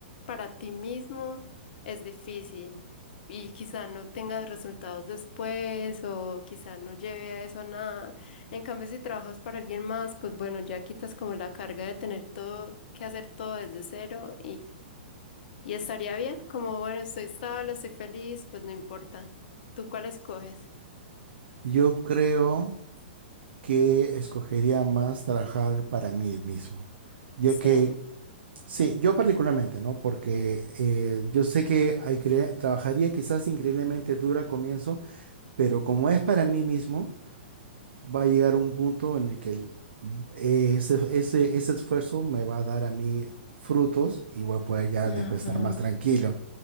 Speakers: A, on the left; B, on the right.
A: para ti mismo es difícil y quizá no tengas resultados después o quizá no lleve a eso a nada. En cambio, si trabajas para alguien más, pues bueno, ya quitas como la carga de tener todo que hacer todo desde cero y estaría bien, como bueno, estoy estable, estoy feliz, pues no importa. ¿Tú cuál escoges?
B: Yo creo que escogería más trabajar para mí mismo, ya
A: Sí,
B: que, sí, yo particularmente, ¿no? Porque eh, yo sé que hay cre- trabajaría quizás increíblemente duro al comienzo, pero como es para mí mismo, va a llegar un punto en el que Ese, ese, ese esfuerzo me va a dar a mí frutos y voy a poder ya
A: Ajá.
B: después estar más tranquilo.